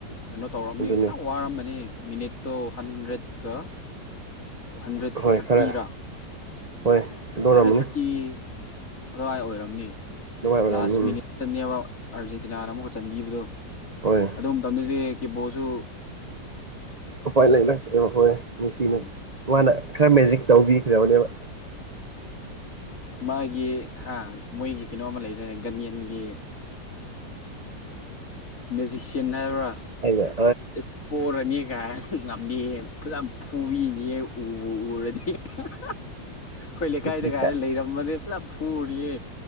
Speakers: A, on the left; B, on the right.
A: ꯀꯩꯅꯣ ꯇꯧꯔꯑꯝꯅꯤ
B: ꯑꯗꯨꯅꯦ
A: ꯐꯖ ꯋꯥꯔꯃꯅꯤ ꯃꯤꯅꯤꯠꯇꯣ ꯍꯟꯗ꯭ꯔꯦꯠꯀ ꯍꯟꯗ꯭ꯔꯦꯠ
B: ꯍꯣꯏ
A: ꯊꯥꯔꯇꯤꯔꯥ
B: ꯈꯔ ꯍꯣꯏ ꯂꯣꯏꯔꯝꯃꯅꯤ
A: ꯍꯟꯗ꯭ꯔꯦꯠ ꯊꯥꯔꯇꯤ ꯑꯗꯨꯋꯥꯏ ꯑꯣꯏꯔꯝꯅꯤ
B: ꯑꯗꯨꯃꯥꯏ ꯑꯣꯏꯔꯝꯅꯤ
A: ꯂꯥꯁ
B: ꯎꯝ
A: ꯃꯤꯅꯤꯠꯇꯅꯦꯕ ꯑꯥꯔꯖꯦꯟꯇꯤꯅꯥꯅ ꯑꯃꯨꯛꯀ ꯆꯟꯕꯤꯕꯗꯣ
B: ꯍꯣꯏ
A: ꯑꯗꯨ ꯃꯇꯝꯗꯗꯤ ꯀꯦꯕꯣꯁꯨ
B: ꯎꯄꯥꯏ ꯂꯩꯔꯛꯇꯦꯕ ꯍꯣꯏ ꯃꯤꯁꯤꯅ
A: ꯎꯝ
B: ꯃꯥꯅ ꯈꯔ ꯃꯦꯖꯤꯛ ꯇꯧꯕꯤꯈ꯭ꯔꯕꯅꯦꯕ
A: ꯃꯥꯒꯤ ꯍꯥ ꯃꯣꯏꯒꯤ ꯀꯩꯅꯣꯃ ꯂꯩꯗꯅꯦ ꯒꯟꯌꯥꯟꯒꯤ ꯃꯦꯖꯤꯁꯤꯌꯥꯟ ꯍꯥꯏꯕ꯭ꯔꯥ
B: ꯍꯥꯏꯗ
A: ꯏꯁ ꯄꯔꯅꯤ ꯀ ꯉꯝꯃꯦꯌꯦꯦ ꯐꯖꯅ ꯐꯨꯕꯤꯅꯤꯍꯦ ꯎ ꯎꯔꯗꯤ ꯑꯩꯈꯣꯏ ꯂꯩꯀꯥꯏꯗ
B: ꯃꯦꯁꯤ
A: ꯀꯥꯏꯔ
B: ꯀꯥ
A: ꯂꯩꯔꯝꯕꯅꯦ ꯄꯨꯖꯥ ꯐꯨꯔꯤꯌꯦ